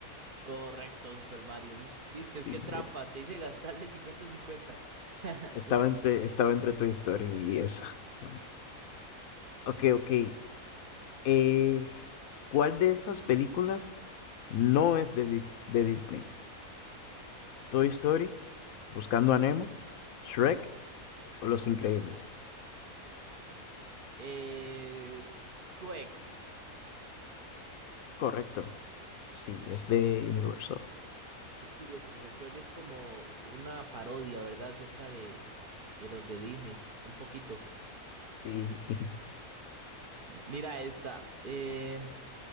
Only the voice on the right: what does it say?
Correcto, Super Mario. Viste,
qué trampa.
Te hice gastarle cincuenta cincuenta <laughs>
eh, Shrek.
Es curioso porque Shrek es como una parodia, ¿verdad? Acerca de, de los de Disney. Un poquito.
Mira esta. eh,